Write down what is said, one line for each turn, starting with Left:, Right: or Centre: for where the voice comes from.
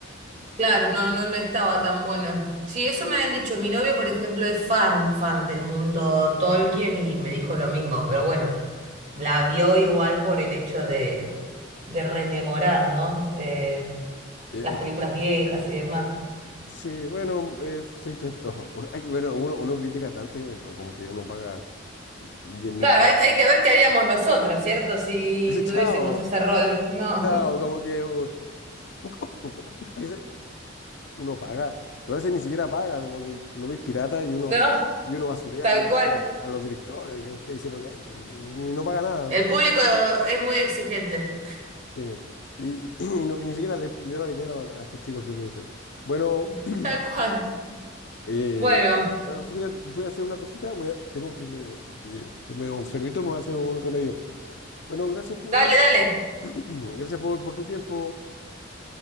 Right: Claro, no, no, no estaba tan buena. Sí, eso me habían dicho. Mi novio, por ejemplo, es fan, fan del mundo Tolkien y me dijo lo mismo, pero bueno, la vio igual por el hecho de, de rememorar, ¿no? Eh,
Left: Eh,
Right: las películas viejas y demás.
Left: sí, bueno, eh, se intentó. <laughs> Ay, Bueno, uno, uno critica tanto y co- como que uno paga diez mil
Right: Claro,
Left: pesos.
Right: hay, hay que ver qué haríamos nosotros, ¿cierto? Si
Left: <laughs>
Right: tuviésemos
Left: Claro,
Right: ese rol. <laughs> No,
Left: claro, como que, uh, <laughs> como que a veces uno paga, pero a veces ni siquiera paga, como que lo ves pirata
Right: <laughs>
Left: y uno,
Right: no,
Left: y uno basurea
Right: tal
Left: a los,
Right: cual.
Left: direc- a los directores que, que hicieron esto eh, y, y no paga nada.
Right: El público es muy exigente.
Left: sí. Y, <clears throat> y no- y ni siquiera le, le da dinero a a estos chicos que producen. Bueno.
Right: <laughs>
Left: <clears throat>
Right: Tal cual.
Left: Eh,
Right: Bueno,
Left: bueno, Josefina, voy a hacer una cosita, voy a- tengo que, que estoy medio enfermito, me voy a hacer un remedio. Bueno, gracias por,
Right: dale, dale.
Left: <clears throat> gracias por, por tu tiempo.